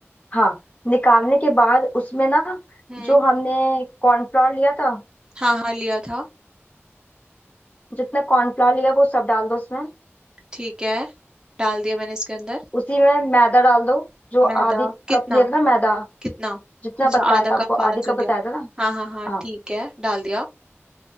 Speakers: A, on the left; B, on the right.
A: हाँ निकालने के बाद उसमें ना
B: हम्म
A: जो हमने कॉर्नफ्लावर लिया था
B: हाँ हाँ लिया था
A: जितना कॉर्नफ्लावर लिया वो सब डाल दो उसमें
B: ठीक है डाल दिया मैंने इसके अंदर
A: उसी में मैदा डाल दो जो
B: मैदा
A: आधी
B: कितना
A: कप लिया था ना मैदा
B: कितना
A: जितना
B: अच्छा
A: बताया
B: आधा
A: था आपको
B: कप
A: आधी
B: वाला
A: कप
B: चल
A: बताया
B: लिया
A: था ना
B: हाँ हाँ हाँ
A: हाँ
B: ठीक है डाल दिया